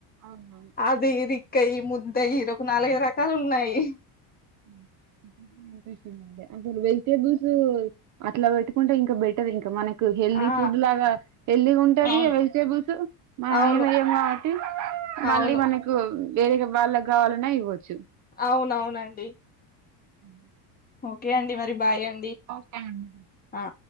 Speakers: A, on the right; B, on the left.
A: అవునవును
B: అది ఇది. కై ముద్దై హరోకు నాలుగు రకాలు ఉన్నాయి.
A: <unintelligible> అసలు వెజిటేబుల్స్ అట్లా పెట్టుకుంటే ఇంకా బెట్. ఉంటది ఇంకా మనకు హెల్దీ
B: ఆ
A: ఫుడ్ లాగా హెల్దీగా ఉంటది
B: అవును
A: వెజిటేబుల్స్ మన
B: అవును
A: ఏమై. ఆహ్ మళ్ళీ
B: అవును
A: మనకు వేరేగా వాళ్ళకి కావాలన్నా ఇవ్వచ్చు.
B: అవునవునండి.
A: ఉమ్.
B: ఓకే అండి మరి బాయ్ అండి.
A: ఓకె అండి
B: ఆ